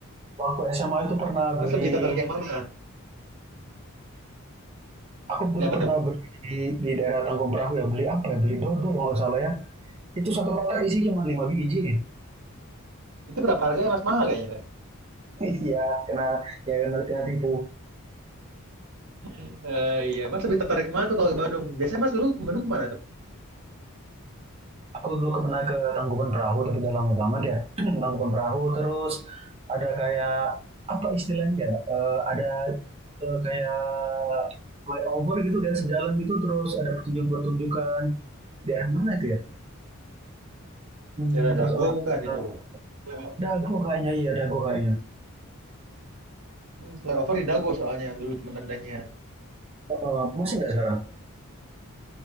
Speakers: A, on the right; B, on the right.
A: waktu SMA itu pernah beli,
B: Mas lebih tertarik yang mana?
A: aku dulu
B: Lihat apa
A: pernah
B: tuh?
A: beli di, di daerah Tanggung Perahu ya, beli apa ya, beli dodol kalau nggak salah ya. Itu satu kotak isi cuma 5 biji. <laughs>
B: Itu berapa harganya, Mas? Mahal kayaknya tuh.
A: Iya, kena ya kena, kena tipu.
B: Eh, iya, Mas lebih tertarik mana tuh kalau ke Bandung? Biasanya Mas dulu ke Bandung mana tuh?
A: Aku dulu ke- pernah ke Tangkuban Perahu tapi udah lama banget ya. <clears throat> Tangkuban Perahu terus ada kayak apa istilahnya? ya? Eh, ada eh, kayak flyover gitu dan sejalan gitu terus ada pertunjukan-pertunjukan daerah mana itu ya? Hmm,
B: Daerah
A: terus
B: Dago
A: orang
B: bukan itu?
A: ah,
B: Flyo-
A: dago kayaknya iya dago kayaknya.
B: Hmm, flyover di Dago soalnya dulu temen adanya.
A: Oh, oh, masih nggak sekarang?